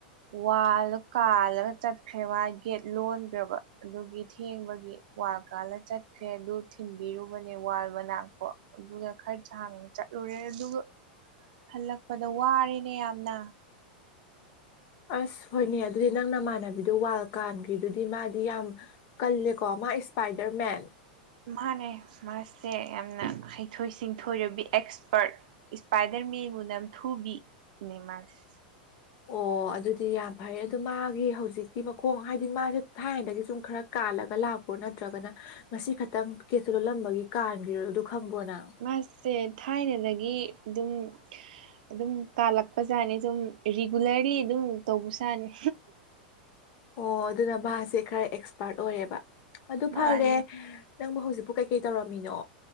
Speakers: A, on the right (about 60°); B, on the left (about 35°).
A: ꯋꯥꯜꯂꯣ ꯀꯥꯜꯂꯒ ꯆꯠꯈ꯭ꯔꯦ ꯃꯥꯏ ꯒꯦꯠ ꯂꯣꯟꯒ꯭ꯔꯕ ꯑꯗꯨꯒꯤ ꯊꯦꯡꯕꯒꯤ ꯋꯥꯜ ꯀꯥꯜꯂ ꯆꯠꯈ꯭ꯔꯦ ꯑꯗꯨ ꯊꯤꯟꯕꯤꯔꯨꯕꯅꯦ ꯋꯥ ꯃꯅꯥꯛꯄꯣ ꯑꯗꯨꯒ ꯈꯔ ꯁꯥꯡꯅ ꯆꯠꯂꯨꯔꯦ ꯑꯗꯨꯒ ꯍꯜꯂꯛꯄꯗ ꯋꯥꯔꯦꯅꯦ ꯌꯥꯝꯅ
B: ꯑꯁ ꯍꯣꯏꯅꯦ ꯑꯗꯨꯗꯤ ꯅꯪ ꯅꯃꯥꯟꯅꯕꯤꯗꯣ ꯋꯥꯜ ꯀꯥꯟꯒ꯭ꯔꯤꯗꯨꯗꯤ ꯃꯥꯗꯤ ꯌꯥꯝ ꯀꯜꯂꯦꯀꯣ ꯃꯥ ꯏꯁꯄꯥꯏꯗꯔ ꯃꯦꯟ
A: ꯃꯥꯅꯦ ꯃꯥꯁꯦ ꯌꯥꯝꯅ ꯍꯩꯊꯣꯏ ꯁꯤꯡꯊꯣꯏꯔꯕꯤ ꯑꯦꯛꯁꯄꯔꯠ ꯏꯁꯄꯥꯏꯗꯔ ꯃꯦꯟꯕꯨ ꯅꯝꯊꯨꯕꯤꯅꯦ ꯃꯥꯁꯦ
B: ꯑꯣ ꯑꯗꯨꯗꯤ ꯌꯥꯝ ꯐꯔꯦ ꯑꯗꯣ ꯃꯥꯒꯤ ꯍꯧꯖꯤꯛꯀꯤ ꯃꯈꯣꯡ ꯍꯥꯏꯗꯤ ꯃꯥꯖꯦ ꯊꯥꯏꯅꯗꯒꯤ ꯁꯨꯝ ꯈꯔ ꯀꯥꯜꯂꯒ ꯂꯥꯛꯄ꯭ꯔꯣ ꯅꯠꯇ꯭ꯔꯒꯅ ꯉꯁꯤ ꯈꯛꯇꯪ ꯀꯦꯇꯣ ꯂꯣꯜꯂꯝꯕꯒꯤ ꯀꯥꯟꯒꯤꯔꯣ ꯑꯗꯨ ꯈꯪꯕ꯭ꯔꯣ ꯅꯪ
A: ꯃꯥꯏꯁꯦ ꯊꯥꯏꯅꯗꯒꯤ ꯗꯨꯝ ꯑꯗꯨꯝ ꯀꯥꯜꯂꯛꯄꯖꯥꯠꯅꯤ ꯑꯗꯨꯝ ꯔꯤꯒꯨꯂꯔꯔꯤ ꯑꯗꯨꯝ ꯇꯧꯕꯆꯥꯅꯤ
B: ꯑꯣ ꯑꯗꯨꯅ ꯃꯥꯁꯦ ꯈꯔ ꯑꯦꯛꯁꯄꯥꯔꯠ ꯑꯣꯏꯔꯦꯕ ꯑꯗꯨ
A: ꯃꯥꯅꯤ
B: ꯐꯔꯦ ꯅꯪꯕꯨ ꯍꯧꯖꯤꯛꯄꯨ ꯀꯩꯀꯩ ꯇꯧꯔꯝꯃꯤꯅꯣ